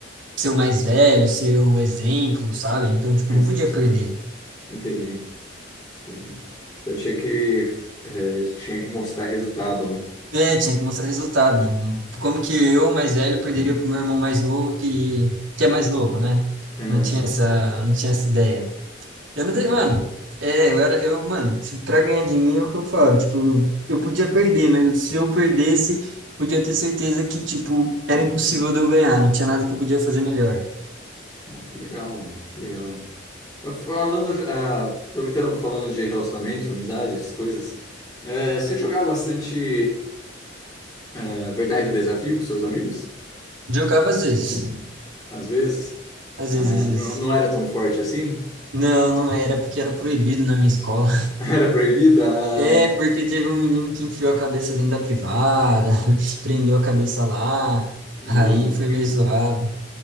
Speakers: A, on the right; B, on the left.
A: ser o mais velho, ser o exemplo, sabe? Então, tipo,
B: É,
A: não
B: se
A: podia
B: você...
A: perder.
B: Entendi, entendi. Então tinha que, é, tinha que mostrar resultado, né?
A: É, tinha que mostrar resultado. não- Como que eu, mais velho, perderia pro meu irmão mais novo, que, que é mais novo, né?
B: Aham.
A: Não tinha essa, não tinha essa ideia. Eu não dei,
B: Ah, É.
A: mano. É, eu era, eu, mano, se- pra ganhar de mim é o que eu falo. Tipo, eu, eu podia perder, mas se eu perdesse, podia ter certeza que, tipo, era impossível de eu ganhar. Não tinha nada que eu podia fazer melhor.
B: Ah, que legal, mano, que legal. Mas Falando, ah, aproveitando, falando de relacionamento, amizade, essas coisas, é, você jogava bastante. ah, verdade o desafio com seus amigos?
A: Jogava às vezes.
B: Às vezes,
A: Às
B: ah,
A: vezes, às
B: não,
A: vezes.
B: não era tão forte assim?
A: Não, não era, porque era proibido na minha escola.
B: <laughs> Era proibida?
A: É,
B: Ai,
A: porque teve um menino que enfiou a cabeça dentro da privada, <laughs> prendeu a cabeça lá,
B: nossa,
A: aí foi meio zoado.